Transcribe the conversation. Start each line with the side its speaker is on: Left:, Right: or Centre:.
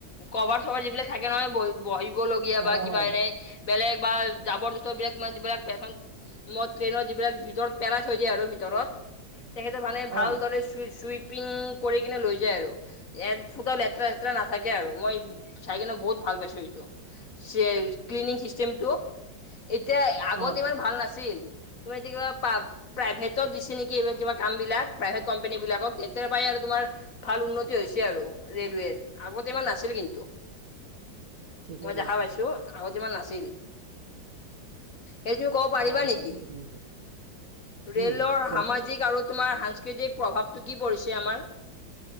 Left: ক'ভাৰ চ'ভাৰ যিবিলাক থাকে নহয়, বহি বহিবলগীয়া
Right: অ
Left: বা কিবা,
Right: হয়
Left: এনেই বেলেগ বা জাবৰ-জোথৰবিলাক মানে যিবিলাক পেছেন মত ট্ৰেইনত, যিবিলাক ভিতৰত পেলাই থৈ দিয়ে আৰু ভিতৰত তেখেতে মানে ভালদৰে
Right: অ
Left: চুই চুইপিং কৰি কিনে, লৈ যায় আৰু এফুটাও লেতেৰা চেতেৰা নাথাকে আৰু মই, চাইকেনে বহুত ভাল পাইছোঁ এইটো চেলছ ক্লিনিং চিষ্টেমটো, এতিয়া আগতে
Right: অ
Left: ইমান ভাল নাছিল। তুমি এতিয়া কিবা পা প্ৰাইভেটত দিছে নেকি? এইবাৰ কিবা কাম বিলাক, প্ৰাইভেট কম্পেনীবিলাকক। তেতিয়াৰ পৰাই আৰু তোমাৰ ভাল উন্নতি। উন্নতি হৈছে আৰু ৰে'লৱেৰ, আগতে ইমান নাছিল কিন্তু,
Right: ঠিকে
Left: মই
Right: কৈছা
Left: দেখা পাইছোঁ। আগত ইমান নাছিল। সেইটো ক'ব পাৰিবা
Right: অ এতিয়া
Left: নেকি ৰে'লৰ
Right: উম কোৱাচোন
Left: সামাজিক আৰু তোমাৰ সাংস্কৃতিক প্ৰভাৱটো কি পৰিছে আমাৰ